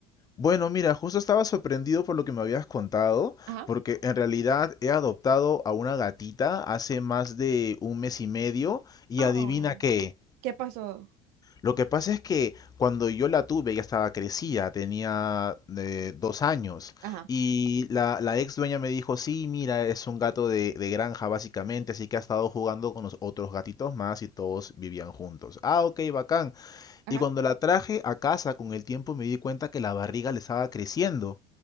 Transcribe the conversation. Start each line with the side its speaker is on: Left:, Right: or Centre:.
Left: Bueno, mira, justo estaba sorprendido por lo que me habías contado,
Right: Ajá.
Left: porque en realidad he adoptado a una gatita hace más de un mes y medio y
Right: Oh,
Left: adivina qué,
Right: ¿qué pasó?
Left: Lo que pasa es que cuando yo la tuve ya estaba crecida, tenía eh, dos años
Right: Ajá,
Left: y la, la ex dueña me dijo, sí, mira, es un gato de, de granja básicamente, así que ha estado jugando con los otros gatitos más y todos vivían juntos. Ah, ok, bacán.
Right: ajá.
Left: Y cuando la traje a casa con el tiempo me di cuenta que la barriga le estaba creciendo.